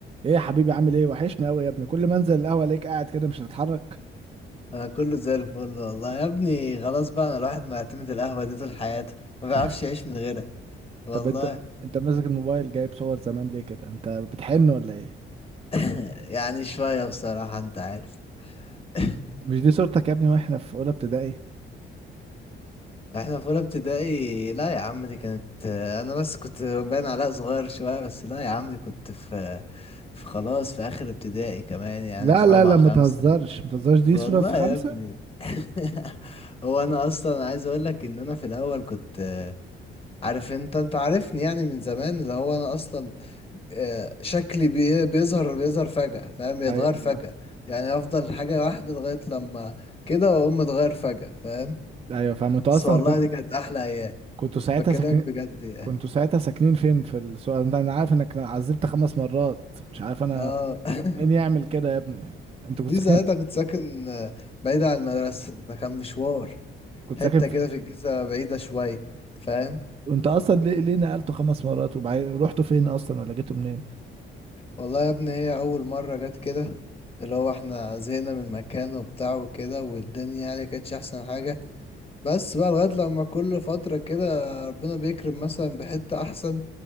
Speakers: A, on the right (about 30°); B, on the left (about 30°).
A: ايه يا حبيبي عامل ايه وحشني قوي يا ابني كل ما انزل القهوه الاقيك قاعد كده مش هتتحرك
B: انا كله زي الفل والله يا ابني خلاص بقى انا الواحد معتمد القهوة دي طول حياته ما بيعرفش
A: <laughs>
B: يعيش من غيرها والله
A: طب انت انت ماسك الموبايل جايب صور زمان ليه كده انت بتحن ولا ايه
B: <laughs> يعني شوية بصراحة انت عارف <laughs>
A: مش دي صورتك يا ابني واحنا في اولى ابتدائي
B: احنا في اولى ابتدائي لا يا عم دي كانت انا بس كنت باين عليها صغير شوية بس لا يا عم دي كنت في في خلاص في اخر ابتدائي كمان يعني
A: لا
B: في
A: لا
B: رابعة
A: لا ما
B: خمسة
A: تهزرش ما تهزرش دي
B: والله
A: صوره في خمسة
B: يا ابني <laughs> هو انا اصلا عايز اقول لك ان انا في الاول كنت آه، عارف انت انت عارفني يعني من زمان اللي هو انا اصلا آه، شكلي بي- بيظهر بيظهر فجأة فاهم بيتغير
A: ايوه
B: فجأة يعني افضل حاجة واحدة لغاية لما كده واقوم متغير فجأة فاهم
A: ايوه فاهم انتوا
B: بس
A: اصلا
B: والله
A: كن-
B: دي آه. كانت احلى ايام
A: كنتوا ساعتها
B: بكلمك
A: ساكنين
B: بجد يعني
A: كنتوا ساعتها ساكنين فين في السؤال ده انا عارف انك عزلت خمس مرات مش عارف انا
B: اه <laughs>
A: مين يعمل كده يا ابني انت كنت
B: دي
A: ساكنين
B: ساعتها كنت ساكن آه، بعيد عن المدرسة ده كان مشوار
A: كنت
B: حتة
A: ساكن في
B: كده في الجيزة بعيدة شوية فاهم
A: انت اصلا ليه ليه نقلتوا خمس مرات وبعدين رحتوا فين اصلا ولا جيتوا منين
B: والله يا ابني هي اول مرة جت كده اللي هو احنا زهقنا من المكان وبتاع وكده والدنيا يعني كانتش احسن حاجة بس بقى لغاية لما كل فترة كده ربنا بيكرم مثلا بحتة أحسن